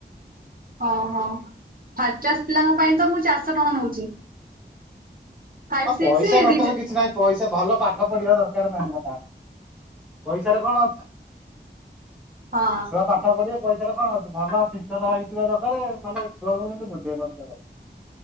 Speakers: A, on the right; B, in the centre.
A: ହଁ ହଁ ଫାଇବ କ୍ଲାସ୍ ପିଲାଙ୍କ ପାଇଁ ତ ମୁଁ ଚାରିସ ଟଙ୍କା ନଉଚି। ଫାଇଭ୍
B: ଆଉ
A: ସିକ୍ସି
B: ପଇସା ମ୍ୟାଟର
A: ଦିଜ୍
B: କିଛି ନାହିଁ ପଇସା ଭଲ ପାଠ ପଢିବା ଦରକାର ମେନ୍ କଥା ପଇସାରେ କଣ ଅଛି?
A: ହଁ।
B: ଛୁଆ ପା ପଢିବେ ପଇସାରେ କଣ ଅଛି ଭଲ ଫିଚର ହେଇଥିବା ଦରକାରେ ମାନେ ଛୁଆଙ୍କୁ ଯେମିତି ବୁଝେଇ ପାରୁଥିବା ଦର